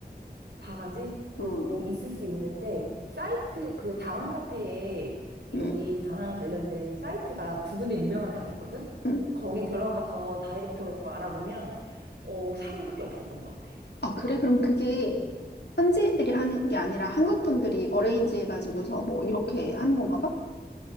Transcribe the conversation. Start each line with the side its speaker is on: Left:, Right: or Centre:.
Right: 바가지? 오,
Left: 응.
Right: 있을 수 있는데, 사이트, 그 다음 카페에
Left: 응,
Right: 여기 다낭 관련된 사이트가 두 군데 유명한 데가 있거든?
Left: 응.
Right: 거기 들어가서 다이렉트로 알아보면, 어, 사기는 크게 없었던 것 같아.
Left: 아, 그래? 그럼 그게
Right: 응.
Left: 현지인들이 하는 게 아니라 한국 분들이 어레인지 해가지고서 뭐 이렇게 하는 건가 봐?